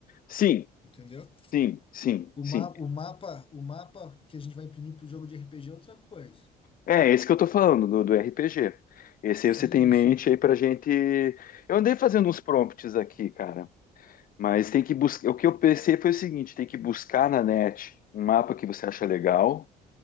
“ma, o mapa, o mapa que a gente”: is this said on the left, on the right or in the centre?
Left